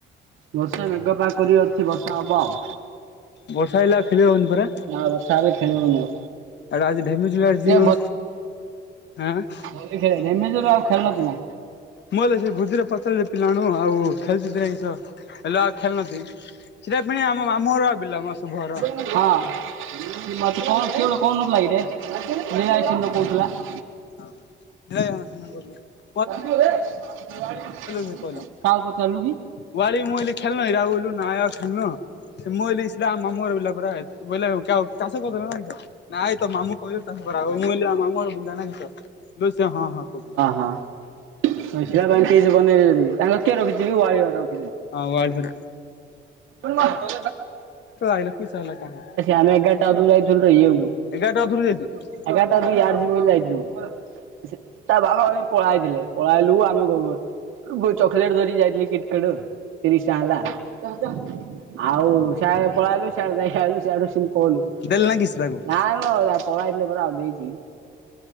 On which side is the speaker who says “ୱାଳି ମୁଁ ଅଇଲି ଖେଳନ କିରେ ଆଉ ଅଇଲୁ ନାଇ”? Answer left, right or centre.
Left